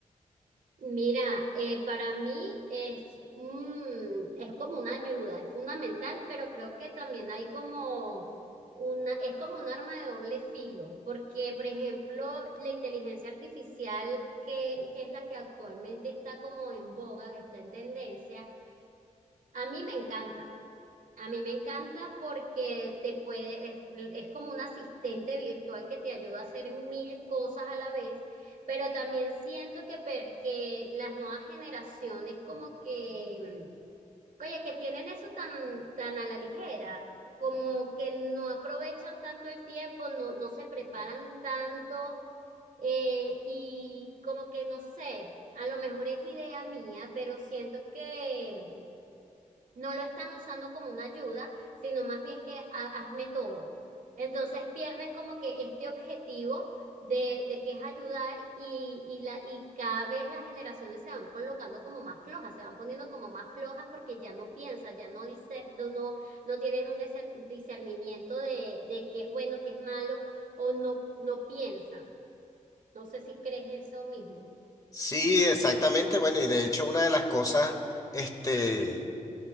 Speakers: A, on the right; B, on the left.
A: Mira, eh, para mí es un- es como una ayuda, es fundamental, pero creo que también hay como una, es como un arma de doble filo, porque, por ejemplo, la inteligencia artificial, que, que es la que actualmente está como en boga, que está en tendencia, a mí me encanta. A mí me encanta porque te puede, es, es como un asistente virtual que te ayuda a hacer mil cosas a la vez, pero también siento que, pe- que las nuevas generaciones como que, mm, oye, que tienen eso tan, tan a la ligera, como que no aprovechan tanto el tiempo, no, no se preparan tanto. Eh, y como que no sé, a lo mejor es idea mía, pero siento que mm, no lo están usando como una ayuda, sino más bien que ha- hazme todo. Entonces pierden como que este objetivo de, de que es ayudar y, y, la, y cada vez las generaciones se van colocando como más flojas, se van poniendo como más flojas porque ya no piensan, ya no dice, no, no no tienen un deser- discernimiento de, de qué es bueno, qué es malo, o no, no piensan. No sé si crees eso mismo.
B: Sí, exactamente. Bueno, y de hecho una de las cosas, este,